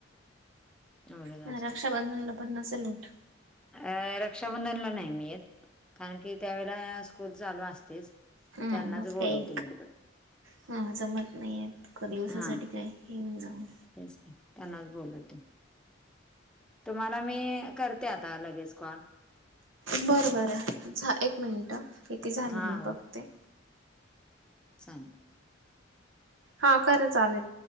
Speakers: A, in the centre; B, on the right.
A: एवढंच
B: हा
A: असतं.
B: रक्षाबंधनला पण नसेल होत
A: अ रक्षाबंधनला नाही मि येत कारण की त्यावेळेला स्कूल चालू असतेच
B: हम
A: त्यांनाच
B: म
A: बोलवते
B: काय
A: मग तिकडं.
B: हा जमत नाहीय का एका दिवसासाठी
A: हां,
B: काय येऊन जाऊन
A: तेच त्यांनाच बोलवते तुम्हाला मी करते आता लगेच कॉल
B: बरं बरं झा एक मिनटं किती झाले
A: हा
B: मी बघते
A: सांग
B: हा खरं चालेल